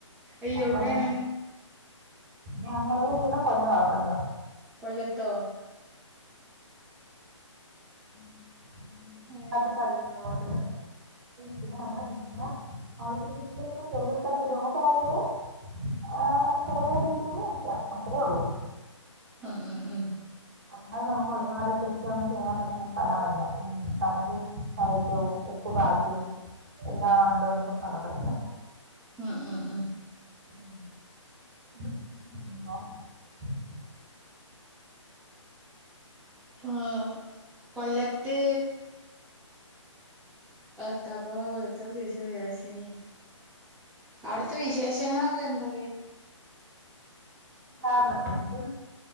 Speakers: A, in the centre; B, on the right.
A: അയ്യോ
B: അപ്പം
A: എവിടെയാണ്
B: ഞങ്ങള് ഇവ്ടെ കൊല്ലവ കൊല്ലം
A: കൊല്ലത്തോ
B: <unintelligible>
A: ഏ
B: അടിക്കിന്നതോണ്ട് പിന്നെ നമ്മുടെ വീട്ടിന ആവശ്യത്തിന് <unintelligible> ചെറ്തേട്ടല്ല ഗ്രോ ബാഗ്ല് ആഹ് ചറ്യേ രീതീല് വെക്ക അത്രേ ഉള്ളൂ
A: ആഹ് ആഹ് ആഹ്
B: അത് നമുക്ക് ഒരുപാട് കൃഷിയൊന്നും ചെയ്യാൻ പറ്റിയസ്ഥലവല്ല ഈ കടല് കൈറ്റോം ഉ പ്പ് കാറ്റും എല്ലാണ്ട് നമുക്ക് നടക്കത്തില്ല
A: ആഹ് ആഹ് ആഹ്
B: <inaudible>
A: ആഹ് കൊല്ലത്ത് എത്താപ്പോ എത്താപ്പൊ ചോയ്ച്ച വിചാര്ച്ചീനി അവിടുത്തെ വിശേഷങ്ങളൊക്കെ എന്തൊക്കെ
B: ആഹ് പ്രതേകിച്ചു